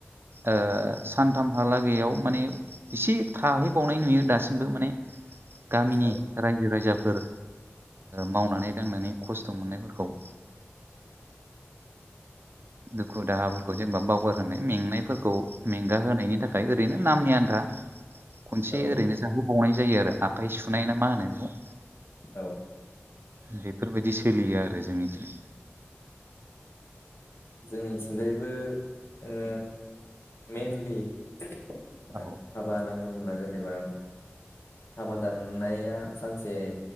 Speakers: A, on the right; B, on the left.
A: ओ सानथामहालागैयाव माने एसे थाहै बावनाय नुयो दासिमबो माने गामिनि
B: औ
A: रायजो राजा फोर मावनानै दांनानै खस्थ' मोननायफोरखौ ओ
B: <inaudible>
A: दुखु दाहाफोरखौ जेनेबा बावगार होनाय मेंनायफोरखौ मेंगाहोनायनि थाखाय ओरैनो नामनि आन्था
B: <inaudible>
A: खनसे ओरैनो
B: औ
A: जाहोबावनाय जायो आरो आखाइ सुनाय ना मा होनो बेखौ
B: औ
A: बेफोरबायदि सोलियो आरो जोंनि थिं
B: जोंनिथिंजायबो ओ मेइनलि ओ
A: औ
B: हाबा होनना बुङोब्ला जेनेबा हाबा दाननाया सानसे